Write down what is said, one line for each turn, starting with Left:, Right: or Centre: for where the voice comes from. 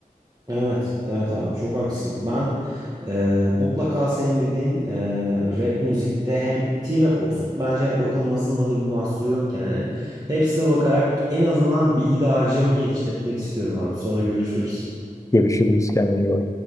Right: Evet, evet abi çok haklısın. Ben e, mutlaka senin dediğin e, rap müzikte hem T-rap olsun. Bence bakılmasında da bir mahsuru yok yani. Hepsine bakarak en azından bilgi dağarcığımı genişletmek istiyorum abi. Sonra görüşürüz.
Left: Görüşürüz, kendine iyi bak.